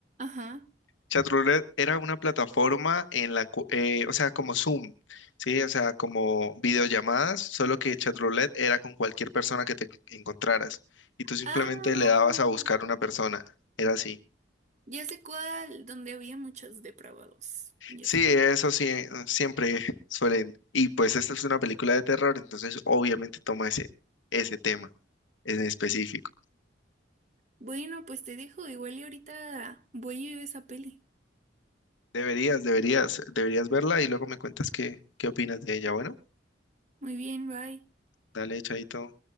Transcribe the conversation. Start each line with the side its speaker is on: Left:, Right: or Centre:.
Right: Ajá.
Left: Chatroulette era una plataforma en la, cu- eh, o sea, como Zoom, ¿sí? O sea, como videollamadas, solo que Chatroulette era con cualquier persona que te encontraras y tú simplemente
Right: Ah,
Left: le dabas a buscar una persona, era así.
Right: ya sé cuál, donde había muchos depravados. Ya
Left: Sí,
Right: sé.
Left: eso sí, siempre suelen. Y pues esta es una película de terror, entonces obviamente toma ese, ese tema en específico.
Right: Bueno, pues te dejo, igual y ahorita voy a ir a esa peli.
Left: Deberías, deberías, deberías verla y luego me cuentas qué, qué opinas de ella. Bueno,
Right: Muy bien, bye.
Left: dale, chaito.